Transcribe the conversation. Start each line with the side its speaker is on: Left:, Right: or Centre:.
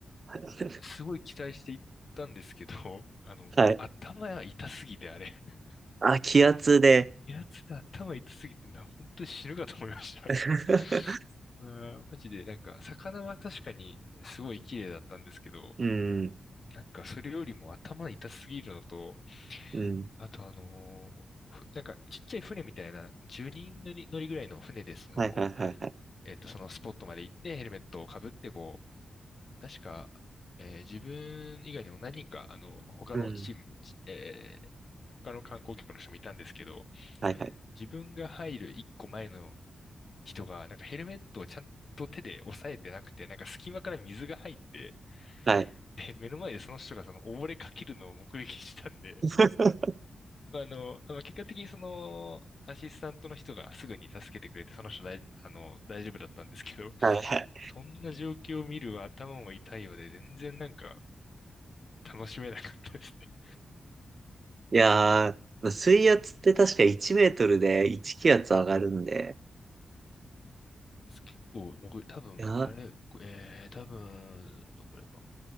Right: <laughs>
Left: すごい期待していったんですけど、<laughs> あの、
Right: はい。
Left: 頭が痛すぎてあれ、<laughs>
Right: あ、気圧で。
Left: 平津で頭痛すぎてな、本当に死ぬかと思いました、あれ。
Right: <laughs>
Left: <laughs> うわーマジで、なんか、魚は確かにすごい綺麗だったんですけど、
Right: うん。
Left: なんかそれよりも頭痛すぎるのと、
Right: うん。
Left: あとあのーふなんかちっちゃい船みたいな10人乗り乗りぐらいの船でその、
Right: はいはいはいはい。
Left: えっと、そのスポットまで行ってヘルメットをかぶってこう、確か、えー自分以外にも何人か、あの、他のチーム、
Right: うん。
Left: えー他の観光客の人もいたんですけど、
Right: はいはい。
Left: 自分が入る一個前の人が、なんかヘルメットをちゃんと手で押さえてなくて、なんか隙間から水が入って、
Right: はい。
Left: で、目の前でその人がその溺れかけるのを目撃したんで、
Right: <laughs>
Left: まあの、あの結果的にその、アシスタントの人がすぐに助けてくれて、その人だい、あの、大丈夫だったんですけど、
Right: はいはい。
Left: そんな状況を見る頭も痛いので、全然なんか、楽しめなかったですね。
Right: いやー、水圧って確か1メートルで1気圧上がるんで、
Left: どうなんです結構、僕、多分、
Right: いやー、
Left: あれ、えー、多分、どこれか。